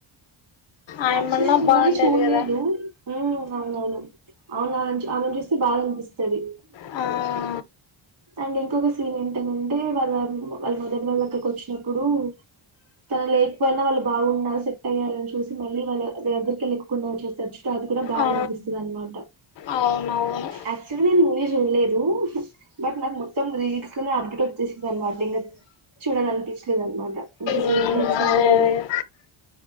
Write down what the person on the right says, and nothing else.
యాక్చువల్లీ
మూవీ చూడ్లేదు
ఆ అవునవును అవును ఆమెను చూస్తే బాదనిపి పిస్తది.
మళ్ళీంకొక సీన్ ఏంటంటే వాళ్ళ మ వాళ్ళ మదర్ వాళ్ళక్క కొచ్చినప్పుడు తను లేకపోయినా వాళ్ళు బాగున్నారు సెట్టయ్యారని చూసి మళ్ళీ వాళ్ళు దగ్గరికే లేకుండా <unintelligible> అది కూడా బాదనిపిస్తదనమాట
యాక్చువల్లి నేను మూవి చూడ్లేదు. దు. బట్ నాకు మొత్తం రీల్స్ అప్డేట్ మాట ఇంగ చూడాలనిపించలేదనమాట అంత సేపు
కూర్చొని